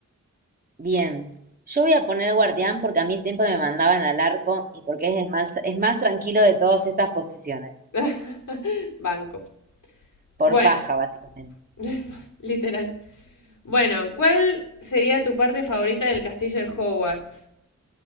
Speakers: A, on the right; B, on the left.
A: Bien. Yo voy a poner guardián porque a mí siempre me mandaban al arco y porque es más, es más tranquilo de todas estas posiciones.
B: <laughs> Banco.
A: Por
B: Bueno,
A: paja, básicamente.
B: <laughs> literal. Bueno, ¿cuál sería tu parte favorita del castillo de Hogwarts?